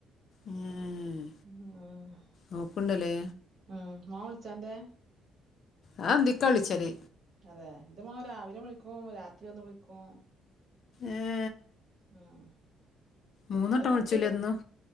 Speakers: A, on the left (about 50°); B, on the right (about 40°).
A: ഏഹ്
B: ആഹ്
A: നോക്ക്ണ്ടല്ലേ
B: ഉം മോൻവിളിച്ച അന്റെ
A: അത്‌ അന്തിക്കാവിളിച്ചല്
B: അതെ ന്റെ മോൻ രാവിലെ വിളിക്കും രാത്രി ഒന്ന് വിളിക്കും
A: ഏഹ്
B: ഉം
A: മൂന്നട്ടം
B: അത് കുട്ടി
A: വിളിച്ചൂലേ ഇന്നും